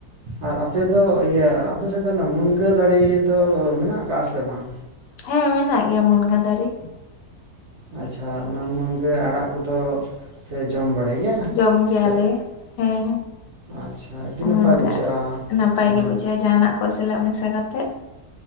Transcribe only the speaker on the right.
ᱟᱨ ᱟᱯᱮᱫᱚ ᱤᱭᱟᱹ ᱟᱯᱮᱥᱮᱫ ᱫᱚ ᱚᱱᱟ ᱢᱩᱱᱜᱟᱹ ᱫᱟᱲᱮ ᱫᱚ ᱢᱮᱱᱟᱜ ᱟᱠᱟᱜ-ᱟ ᱥᱮ ᱵᱟᱝ
ᱟᱪᱪᱷᱟ ᱚᱱᱟ ᱢᱩᱱᱜᱟᱹ ᱟᱲᱟᱜ ᱠᱩᱫᱚ᱾ ᱯᱮ ᱡᱚᱢ ᱵᱟᱲᱟᱭ ᱜᱮᱭᱟ
ᱥᱮ?
ᱟᱪᱪᱷᱟ ᱟᱹᱰᱤ ᱱᱟᱯᱟᱭ
ᱵᱩᱡᱷᱟᱹᱜ-ᱟ,
ᱦᱚᱭ᱾